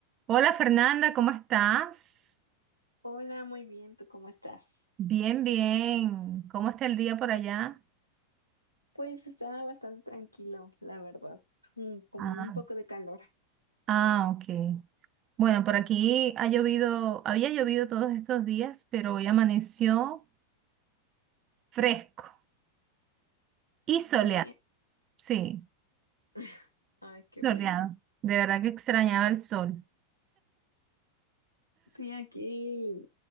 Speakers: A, on the right (about 30°); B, on the left (about 85°).
A: Hola Fernanda, ¿cómo estás?
B: Hola, muy bien, ¿tú cómo estás?
A: Bien, bien. ¿Cómo está el día por allá?
B: Pues estaba bastante tranquilo, la verdad, Mm, con
A: Ah,
B: un poco de calor.
A: ah, ok. Bueno, por aquí ha llovido, había llovido todos estos días, pero hoy amaneció fresco y soleado.
B: Sí, ¿eh?
A: Sí,
B: <laughs> ay, qué
A: soleado.
B: bueno.
A: De verdad que extrañaba el sol.
B: Sí, aquí,